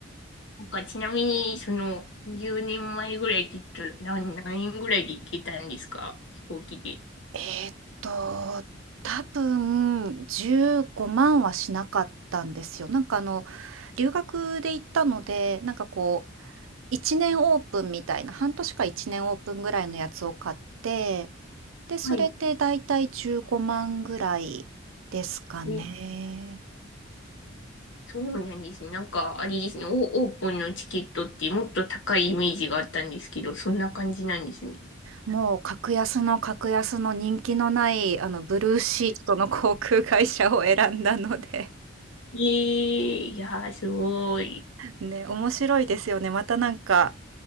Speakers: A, on the left; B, on the right.
A: なんかちなみに、その、10年前ぐらいって言ったら、何、何円ぐらいで行けたんですか飛行機で。
B: えーっと、多分15万はしなかったんですよ。なんかあの、留学で行ったので、なんかこう、1年オープンみたいな、半年か1年オープンぐらいのやつを買って、で、それでだいたい15万ぐらいですかね。
A: はい。ねそうなんですね。なんか、あれですね、オ、オープンのチケットってもっと高いイメージがあったんですけど、そんな感じなんですね。
B: もう格安の格安の人気のない、あの、ブルーシートの航空会社を選んだので
A: ええいやー、すごい。
B: ね、面白いですよね。またなんか、